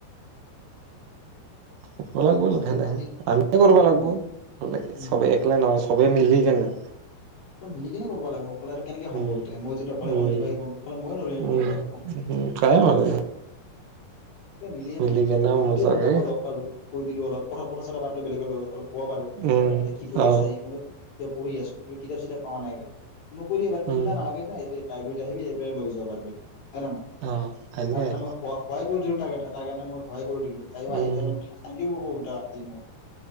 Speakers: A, on the right; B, on the left.
A: কৰিব লাগিব লাহে
B: আৰু
A: লাহে
B: বাকী
A: আমিয় কৰিব লাগিব
B: উম উম
A: চবে এককলা নহয় চবেই মিলি কেনে।
B: চব মিলি কেনে কৰিব লাগিব অকলে আৰু কেনেকে সম্ভৱ
A: উম।
B: মই যদি অকলে
A: উম
B: কম কিবা কৰম অকলে মই নোৱাৰ
A: উম
B: কৰিবা একো,
A: উম ট্ৰাই মাৰে
B: এ মিলিয়ে
A: মিলি
B: নাই
A: কেনে
B: সেইটোয়ে
A: মজাকে
B: মই কাৰোবাক লগ পালো কৈ দিলো অলপ। কথাটা পাত লো বেলেগ লৈ অলপ। ক বাৰু
A: উম
B: যে কি কৰি
A: অ
B: আছে এই ক। এ পঢ়ি আছো। কিতাপ চিতাপ পোৱা নাই। মইকৰি বাৰম কিনিবা
A: উম
B: নালাগে দাই। লাইব্ৰেৰী আহিবি এই পৰাই লৈ যাবাৰ এতিয়া। হয় ন নাই
A: অ এনেকাই
B: তাক এটা মই সহায় কৰি দিওঁ। তাৰ কাৰণে মই হয়। কৰি দিল তাই
A: উম।
B: আহি তাই ঠাংকে কব কলো। টা এই মত।